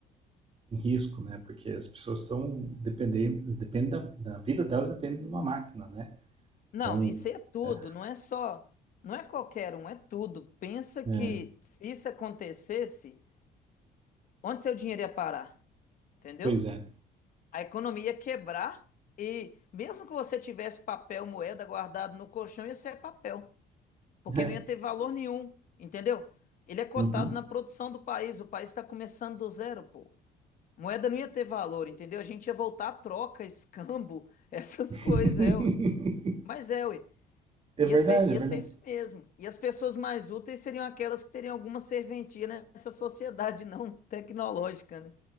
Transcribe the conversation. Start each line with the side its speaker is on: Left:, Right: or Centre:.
Right: Em risco, né? Porque as pessoas estão dependendo, depende da, da vida delas depende de uma máquina, né?
Left: Não,
Right: Então,
Left: isso aí é tudo,
Right: é,
Left: não é só, não é qualquer um, é tudo. Pensa
Right: é,
Left: que se isso acontecesse, onde seu dinheiro ia parar? Entendeu?
Right: pois é.
Left: A economia ia quebrar e mesmo que você tivesse papel, moeda guardado no colchão, ia ser papel. porque
Right: É,
Left: não ia ter valor nenhum, entendeu? Ele é cotado
Right: uhum.
Left: na produção do país, o país está começando do zero, pô. Moeda não ia ter valor, entendeu? A gente ia voltar à troca, <laughs> escambo, essas
Right: <laughs>
Left: coisas, é, ué. Mas é, ué.
Right: É verdade,
Left: Ia ser, ia
Right: é verdade.
Left: ser isso mesmo. E as pessoas mais úteis seriam aquelas que teriam alguma serventia nessa sociedade não <laughs> tecnológica, né?